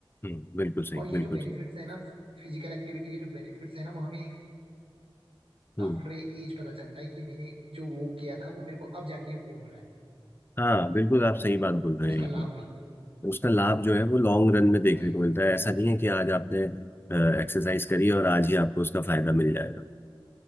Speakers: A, on the left (about 25°); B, on the right (about 85°).
A: हम्म, बिल्कुल सही
B: और ये
A: बिल्कुल
B: जो बेनिफिट्स
A: सही
B: है ना फिजिकल एक्टिविटी के जो बेनिफिट्स है ना वो हमें आफ्टर
A: हम्म
B: एज पता चलता है कि मैंने जो वो किया था वो मेरे को अब जाके वो हो रहा है
A: हाँ बिल्कुल आप सही बात बोल रहे
B: उसका
A: हैं
B: लाभ
A: तो
B: मिल
A: उसका लाभ जो है वो लॉन्ग रन में देखने
B: वही
A: को मिलता है ऐसा नहीं है कि आज आपने एक्सरसाइज करी और आज ही आपको उसका फायदा मिल जाएगा